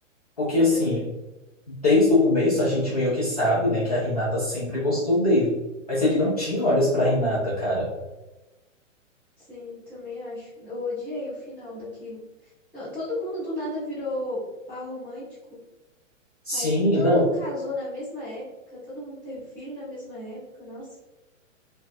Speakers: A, on the left (about 30°); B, in the centre.
A: Porque,
B: Também.
A: assim, desde o começo a gente meio que sabe, né, que a Hinata sempre gostou dele. Mas ele não tinha olhos pra Hinata, cara.
B: Sim, também acho. Eu odiei o final daquilo. Não, todo mundo do nada virou par romântico.
A: Sim,
B: Aí todo
A: não.
B: mundo casou na mesma época, todo mundo teve filho na mesma época. Nossa.